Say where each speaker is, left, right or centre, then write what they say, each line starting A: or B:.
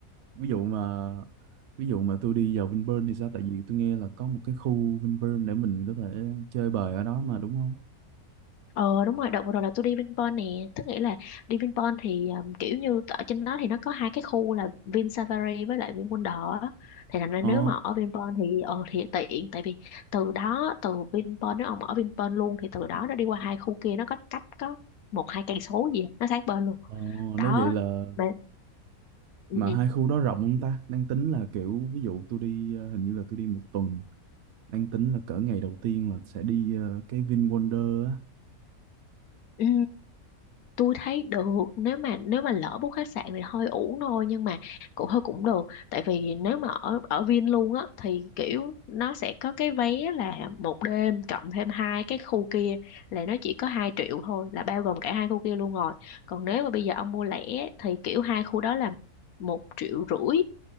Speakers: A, on the right; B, on the left.
A: ví dụ mà ví dụ mà tôi đi vào Vinpearl thì sao tại vì tôi nghe là có một cái khu Vinpearl để mình có thể chơi bời ở đó mà đúng không
B: Ờ đúng rồi, đợt vừa rồi là tôi đi Vinpearl nè, tức nghĩa là đi Vinpearl thì um, kiểu như ở trên đó thì nó có hai cái khu là Vin Safari với lại Vin Wonder á. Thì thành ra nếu
A: ờ
B: mà ở Vinpearl thì ờ thì tiện tại vì từ đó từ Vinpearl nếu ông ở Vinpearl luôn thì từ đó nó đi qua hai khu kia nó có cách có một hai cây số gì á, nó sát bên luôn.
A: ờ
B: Đó.
A: nếu vậy là
B: Mà, ừ,
A: mà
B: ừ.
A: hai khu đó rộng không ta đang tính là kiểu ví dụ tôi đi ờ, hình như là tôi đi một tuần đang tính là cỡ ngày đầu tiên là sẽ đi ờ, cái Vin Wonder á
B: Ừ. tôi thấy được nếu mà nếu mà lỡ book khách sạn thì hơi uổng thôi nhưng mà cũng hơi cũng được tại vì nếu mà ở ở Vin luôn á thì kiểu nó sẽ có cái vé là một đêm cộng thêm hai cái khu kia là nó chỉ có 2 triệu thôi là bao gồm cả hai khu kia luôn rồi còn nếu mà bây giờ ông mua lẻ thì kiểu hai khu đó là một triệu rưỡi